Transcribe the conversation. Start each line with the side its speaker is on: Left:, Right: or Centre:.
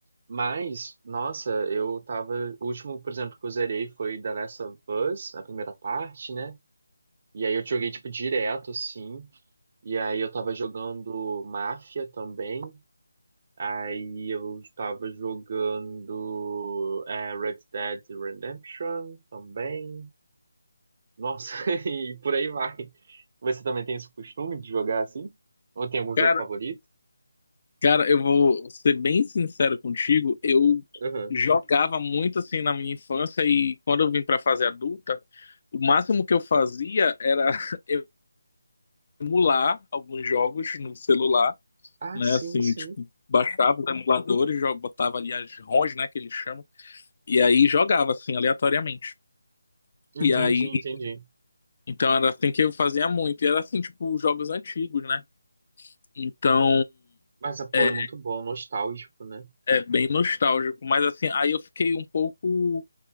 Right: Mas, nossa, eu tava. O último, por exemplo, que eu zerei foi The Last of Us, a primeira parte, né? E aí eu joguei, tipo, direto, assim. E aí eu tava jogando Máfia também. Aí eu tava jogando é, Red Dead Redemption também. Nossa, <laughs> e por aí vai. Você também tem esse costume de jogar assim? Ou tem algum jogo
Left: Cara,
Right: favorito?
Left: cara, eu vou ser bem sincero contigo, eu
Right: Uhum.
Left: jogava muito assim na minha infância e quando eu vim pra fase adulta, o máximo que eu fazia era <laughs> emular alguns jogos no celular,
Right: Ah,
Left: né?
Right: sim,
Left: Assim,
Right: sim.
Left: tipo, baixava os emuladores, jo- botava ali as ROMs, né, que eles chamam, e aí jogava assim aleatoriamente.
Right: Entendi,
Left: E aí,
Right: entendi.
Left: então era assim que eu fazia muito. E era assim, tipo, jogos antigos, né? Então,
Right: Mas, ah, pô,
Left: é,
Right: é muito bom, nostálgico, né?
Left: é bem nostálgico. Mas assim, aí eu fiquei um pouco